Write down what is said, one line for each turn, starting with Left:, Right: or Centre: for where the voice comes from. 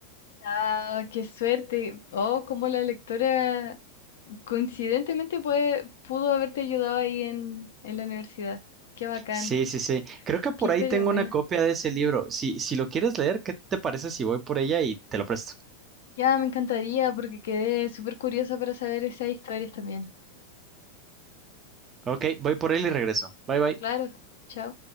Left: Ah, qué suerte. Oh, como la lectora coincidentemente puede, pudo haberte ayudado ahí en, en la universidad. Qué bacán.
Right: Sí, sí, sí. Creo que por
Left: Qué historia
Right: ahí tengo
Left: buena.
Right: una copia de ese libro. Si, si lo quieres leer, ¿qué te parece si voy por ella y te lo presto?
Left: Ya me encantaría porque quedé súper curiosa para saber esas historias también.
Right: Ok, voy por él y regreso. Bye, bye.
Left: Claro, chao.